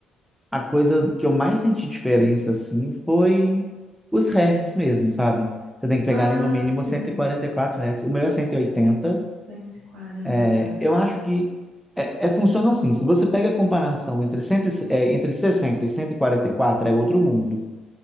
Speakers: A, in the centre; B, on the right (about 75°).
A: a coisa que eu mais senti diferença, assim, foi os hertz mesmo, sabe? Você tem que pegar
B: Ah,
A: ali no mínimo
B: sim,
A: cento e e quarenta e quatro hertz. O meu é cento e oitenta
B: cento e quarenta
A: É, Eu acho que é, é- funciona assim. Se você pega a comparação entre, cento, e se- é, entre 60 e cento e quarenta e quatro é outro mundo.